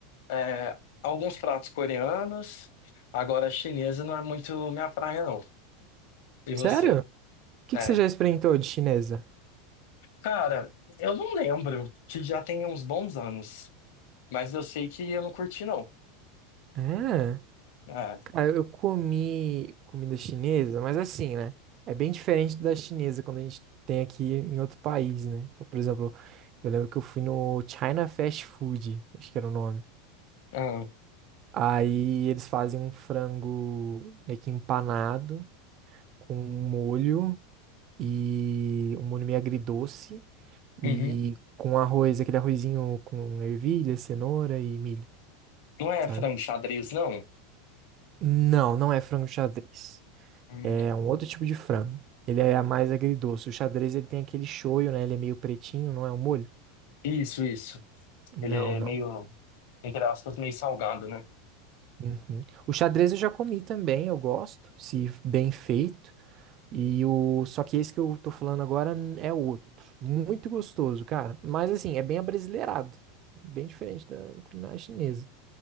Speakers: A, on the left (about 65°); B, on the right (about 35°).
A: é, alguns pratos coreanos. Agora, chinesa não é muito minha praia, não. E você?
B: Sério? O que
A: É.
B: que você já experimentou de chinesa?
A: Cara, eu não lembro, que já tem uns bons anos, mas eu sei que eu não curti, não.
B: É.
A: É.
B: Cara, eu comi comida chinesa, mas assim, né? É bem diferente da chinesa quando a gente tem aqui em outro país, né? Então, por exemplo, eu lembro que eu fui no China Fast Food, acho que era o nome.
A: Ah,
B: Aí eles fazem um frango meio que empanado com um molho e um molho meio agridoce
A: uhum.
B: e com arroz, aquele arrozinho com ervilha, cenoura e milho,
A: Não é
B: sabe?
A: frango xadrez, não?
B: Não, não é frango xadrez.
A: Hum,
B: É
A: tá.
B: um outro tipo de frango. Ele é mais agridoce. O xadrez ele tem aquele shoyu, né? Ele é meio pretinho, não é um molho?
A: isso, isso.
B: Não,
A: Ele é
B: não.
A: meio, entre aspas, meio salgado, né?
B: Uhum. O xadrez eu já comi também, eu gosto, se bem feito. E o só que esse que eu tô falando agora é outro, muito gostoso, cara. Mas assim, é bem abrasileirado, bem diferente da culinária chinesa,